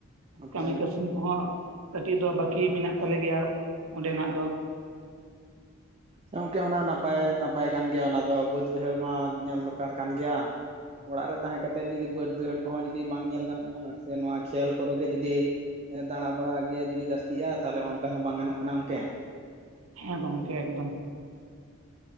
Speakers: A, on the right (about 30°); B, on the right (about 70°).
A: ᱟᱪᱪᱷᱟ
B: ᱠᱟᱹᱢᱤ ᱠᱟᱹᱥᱱᱤ ᱠᱚᱦᱚᱸ ᱠᱟᱹᱴᱤᱡ ᱫᱚ ᱵᱟᱠᱤ ᱢᱮᱱᱟᱜ ᱛᱟᱞᱮ ᱜᱮᱭᱟ ᱚᱸᱰᱮᱱᱟᱜ ᱫᱚ᱾
A: ᱜᱚᱝᱠᱮ ᱚᱱᱟ ᱱᱟᱯᱟᱭ ᱱᱟᱯᱟᱭ ᱠᱟᱱ ᱜᱮᱭᱟ ᱚᱱᱟ ᱫᱚ ᱵᱟᱹᱫᱽ ᱵᱟᱹᱭᱦᱟᱹᱲ ᱢᱟ ᱧᱮᱞ ᱫᱚᱨᱠᱟᱨ ᱠᱟᱱ ᱜᱮᱭᱟ᱾ ᱚᱲᱟᱜ ᱨᱮ ᱛᱟᱦᱮᱸ ᱠᱟᱛᱮᱫ ᱡᱩᱫᱤ ᱵᱟᱹᱫᱽ ᱵᱟᱹᱭᱦᱟᱹᱲ ᱠᱚᱦᱚᱸ ᱡᱩᱫᱤ ᱵᱟᱝ ᱧᱮᱞ ᱜᱟᱱᱚᱜᱼᱟ ᱥᱮ ᱱᱚᱣᱟ ᱠᱷᱮᱞ ᱠᱚᱨᱮ ᱜᱮ ᱡᱩᱫᱤ ᱦᱮᱸ ᱫᱟᱬᱟ ᱵᱟᱲᱟ ᱜᱮ ᱡᱩᱫᱤ ᱡᱟᱹᱥᱛᱤᱜᱼᱟ ᱛᱟᱦᱚᱞᱮ ᱚᱱᱠᱟ ᱦᱚᱸ ᱵᱟᱝ ᱜᱟᱱᱚᱜ ᱠᱟᱱᱟ ᱜᱚᱝᱠᱮ᱾
B: ᱦᱮᱸ ᱜᱚᱝᱠᱮ ᱮᱠᱫᱚᱢ᱾